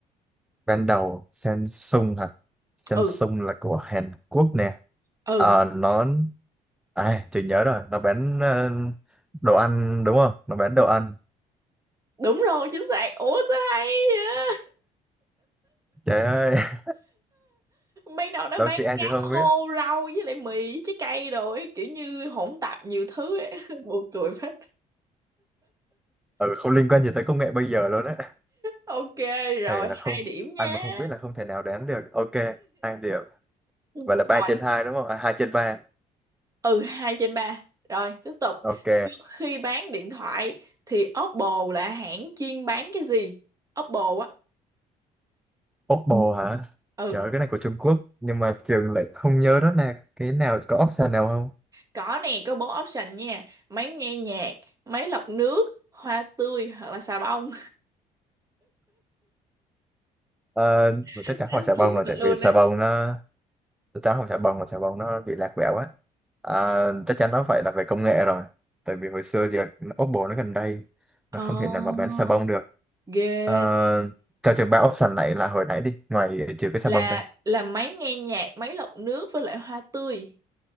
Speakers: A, in the centre; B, on the right.
A: ban đầu Samsung hả Samsung
B: ừ
A: là của Hàn Quốc nè
B: ừ
A: Ờ, nó à chị nhớ rồi nó bán ờ, đồ ăn đúng không nó bán đồ ăn
B: đúng rồi chính xác ủa sao hay vậy?
A: trời ơi <laughs>
B: ban đầu nó
A: đôi
B: bán
A: khi ai
B: cá
A: chị không
B: khô
A: biết
B: rau với lại mì với trái cây rồi ấy, kiểu như hỗn tạp nhiều thứ ấy. <laughs> buồn cười phết
A: ừ, không liên quan gì tới công nghệ bây giờ luôn á
B: ok rồi
A: thầy là không
B: hai điểm nha
A: ai mà không biết là không thể nào đoán được ok hai điểm
B: rồi
A: vậy là ba trên hai đúng không à, hai trên ba
B: ừ hai trên ba rồi tiếp tục
A: ok
B: trước khi bán điện thoại thì Oppo là hãng chuyên bán cái gì Oppo á
A: Oppo hả
B: ừ
A: trời ơi, cái này của Trung Quốc nhưng mà trường lại không nhớ đó là cái nào có option nào không
B: có nè có bốn option nha máy nghe nhạc máy lọc nước hoa tươi hoặc là xà bông
A: Ờ,
B: <laughs>
A: chắc chắn
B: đến
A: hỏi xà
B: chịu
A: bông rồi
B: thật
A: tại
B: luôn
A: vì xà
B: đấy
A: bông nó tao không xà bông mà xà bông nó bị lạc quẹo á à, chắc chắn nó phải là về công nghệ rồi tại vì hồi xưa thì Oppo nó gần đây nó
B: Oh,
A: không thể nào mà bán xà bông được
B: ghê.
A: à, cho trường ba option này là hồi nãy đi ngoài trừ cái xà
B: Là
A: bông đây
B: là máy nghe nhạc, máy lọc nước với lại hoa tươi.